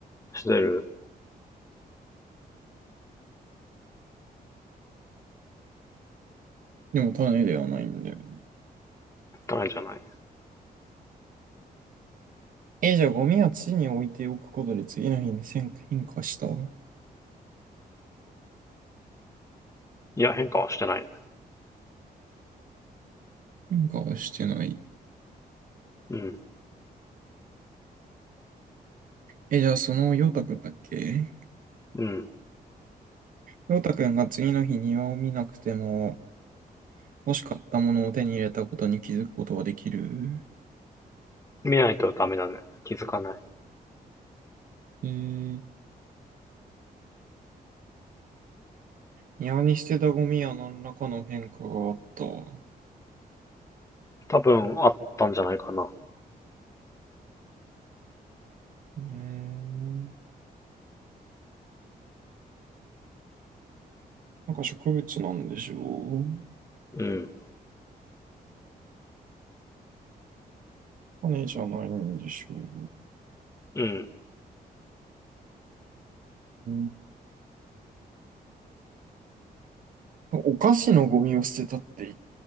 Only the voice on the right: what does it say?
でも種ではないんだよね。
え、じゃあゴミは地に置いておくことで次の日に変化変化した
変化はしてない。
え、じゃあその陽太くんだっけ
陽太くんが次の日庭を見なくても欲しかったものを手に入れたことに気づくことはできる
えー、庭に捨てたゴミや何らかの変化があった。う
ーん、なんか植物なんでしょう
種じゃないんでしょう、
うんお菓子のゴミを捨てたって言